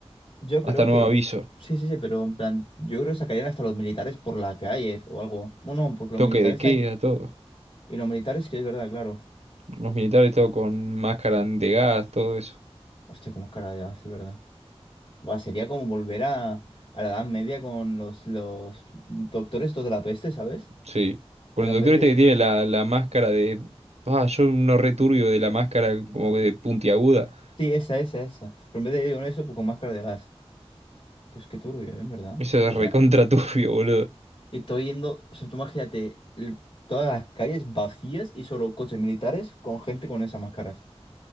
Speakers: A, on the left (about 50°); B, on the right (about 80°).
A: yo
B: hasta
A: creo
B: nuevo
A: que,
B: aviso,
A: sí, sí, sí, pero en plan, yo creo que sacarían hasta los militares por la calle o algo. Bueno, porque
B: toque
A: los militares
B: de queda,
A: están,
B: todo.
A: y los militares que es verdad, claro.
B: Los militares todo con máscara de gas, todo eso.
A: Hostia, cómo es cara ya, es verdad. Buah, sería como volver a, a la Edad Media con los, los doctores estos de la peste, ¿sabes?
B: Sí. Con
A: Pero
B: el
A: en
B: doctor
A: vez de,
B: este que tiene la, la máscara de... Ah, yo no returbio de la máscara como que de puntiaguda.
A: sí, esa, esa, esa. Pero en vez de ir con eso, pues con máscara de gas. Tío, es que turbio, ¿eh? ¿En verdad?
B: Eso
A: O
B: es
A: sea,
B: recontra
A: ya-
B: turbio, boludo.
A: Y estoy yendo, o sea, tú imagínate el- todas las calles vacías y solo coches militares con gente con esas máscaras.